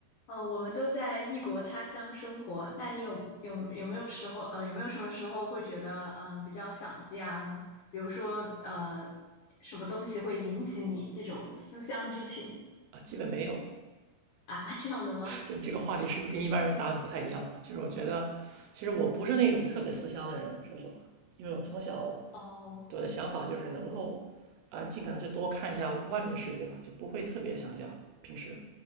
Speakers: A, on the left; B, on the right.
A: 哦，我们都在异国他乡生活，那你有有有没有时候呃有没有什么时候会觉得嗯、呃比较想家呢？比如说呃什么东西会引起你这种思乡之情
B: 啊，基本没有。
A: 啊这样的吗？
B: 这这个话题是不是跟一般人的答案不太一样？就是我觉得，其实我不是那种特别思乡的人，说实话，因为我从小
A: 哦
B: 我的想法就是能够，啊，尽可能去多看一下外面的世界吧，就不会特别想家。平时，